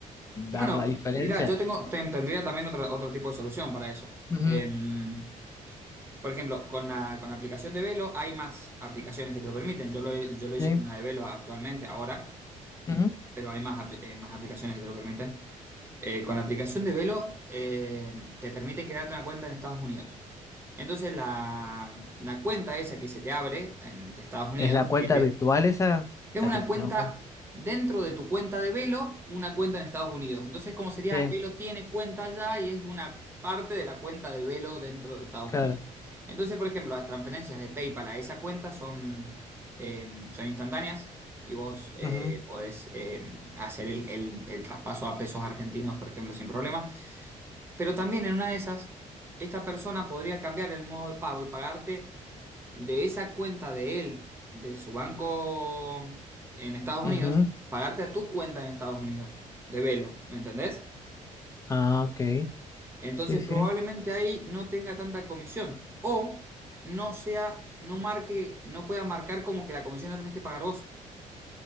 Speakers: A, on the left; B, on the right.
A: dar
B: Bueno,
A: la diferencia.
B: mira, yo tengo, ten- tendría también otra- otro tipo de solución para eso.
A: Ujú,
B: Em, por ejemplo, con la, con la aplicación de Velo hay más aplicaciones que te lo permiten. Yo lo, he- yo lo
A: sí,
B: hice con la de Velo actualmente, ahora,
A: ujú.
B: pero hay más, apl- eh, más aplicaciones que te lo permiten. Eh, con la aplicación de Velo eh, te permiten crearte una cuenta en Estados Unidos. Entonces la, la cuenta esa que se te abre en- de Estados Unidos,
A: Es la cuenta
B: que es de,
A: virtual esa,
B: es una
A: la que se
B: cuenta
A: llama cuenta.
B: dentro de tu cuenta de Velo, una cuenta en Estados Unidos. Entonces, ¿cómo sería?
A: Sí,
B: Velo tiene cuenta allá y es una parte de la cuenta de Velo dentro de Estados
A: claro.
B: Unidos. Entonces, por ejemplo, las transferencias de PayPal a esa cuenta son, eh, son instantáneas y vos eh,
A: Ujú,
B: podés eh, hacer el, el- el traspaso a pesos argentinos, por ejemplo, sin problema. Pero también en una de esas, esta persona podría cambiar el modo de pago y pagarte de esa cuenta de él, de su banco en Estados
A: ujú.
B: Unidos, pagarte a tu cuenta en Estados Unidos, de Velo, ¿me entendés?
A: Ah, ok.
B: Entonces
A: Sí,
B: probablemente
A: sí,
B: ahí no tenga tanta comisión o no sea, no marque, no pueda marcar como que la comisión la tenés que pagar vos.